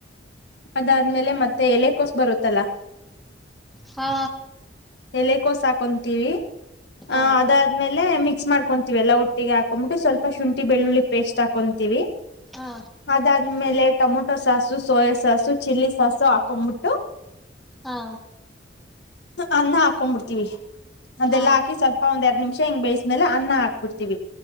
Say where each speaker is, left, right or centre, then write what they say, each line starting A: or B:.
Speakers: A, on the left; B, in the centre.
A: ಅದಾದ್ಮೇಲೆ ಮತ್ತೆ ಎಲೆ ಕೋಸ ಬರುತ್ತಲ್ಲ
B: ಹಾ
A: ಎಲೆ ಕೋಸು ಹಾಕೊಂತೀವಿ
B: ಹಾ
A: ಹ ಅದಾದ್ಮೇಲೆ ಮಿ ಮಿಕ್ಸ್ ಮಾಡ್ಕೊಂತೀವಿ ಎಲ್ಲ ಒಟ್ಟಿಗೆ ಹಾಕೊಂಡುಬಿಟ್ಟು ಸ್ವಲ್ಪ ಶುಂಠಿ ಬೆಳ್ಳುಳ್ಳಿ ಪೇಸ್ಟ್ ಹಾಕೊಂತೀವಿ
B: ಹಾ
A: ಅದಾದ್ಮೇಲೆ tomato sauce soya sauce chilli sauce ಹಾಕೊಂಡ್ಬಿಟ್ಟು
B: ಹಾ
A: ಅನ್ನ ಹಾಕೊಂಡ್ಬುಬಿಡ್ತೀವಿ ಅದೆಲ್ಲ
B: ಹಾ
A: ಹಾಕಿ ಸ್ವಲ್ಪ ಒಂದ ಎರಡ್ ನಿಮಿಷ ಚೆನ್ನ ಬೇಯಸ್ಮೇಲೆ ಅನ್ನ ಹಾಕ್ಬಿಡ್ತೀವಿ